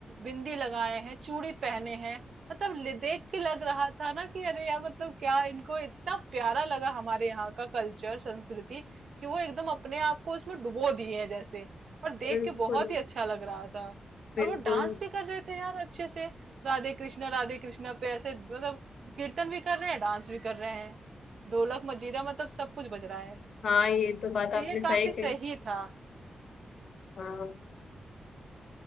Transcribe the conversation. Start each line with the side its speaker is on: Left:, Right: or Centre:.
Right: बिंदी लगाए हैं चूड़ी पहने हैं मतलब ले- देख के लग रहा था ना कि अरे यार मतलब क्या इनको इतना प्यारा लगा हमारे यहाँ का कल्चर संस्कृति कि वो एकदम अपने आप को उसमें डुबो दिए हैं जैसे और देख
Left: बिल्कुल
Right: के बहुत ही अच्छा लग रहा था
Left: बिल्कुल
Right: और वो डांस भी कर रहे थे यार अच्छे से राधे कृष्णा राधे कृष्णा पे ऐसे मतलब कीर्तन भी कर रहे हैं डांस भी कर रहे हैं ढोलक मजीरा मतलब सब कुछ बज रहा है
Left: हाँ ये तो
Right: तो
Left: बात
Right: ये
Left: आपने सही
Right: काफी सही
Left: कही
Right: था
Left: हाँ